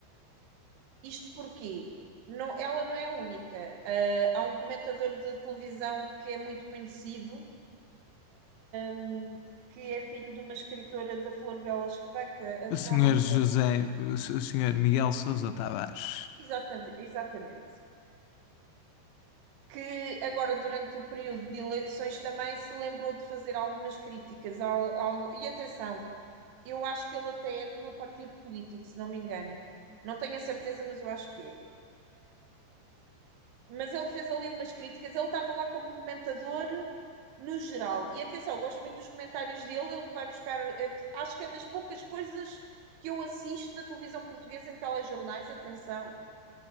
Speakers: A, on the right; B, on the left.
A: Isto porquê? Não, ela não é a única. Ah, há um comentador de televisão que é muito conhecido, hum, que é filho de uma escritora da Flor Bela Espanca, ah,
B: O
A: como
B: senhor
A: é o nome
B: José,
A: dele?
B: o s- o senhor Miguel Sousa Tavares.
A: Exatamente, exatamente. Que agora, durante o período de eleições, também se lembrou de fazer algumas críticas. ao- algo e atenção, eu acho que ele até é do meu partido político, se não me engano. Não tenho a certeza, mas eu acho que é. mas ele fez ali umas críticas, ele estava lá como comentador no geral. E atenção, eu gosto muito dos comentários dele, ele vai buscar, é, acho que é das poucas coisas que eu assisto na televisão portuguesa em telejornais, atenção,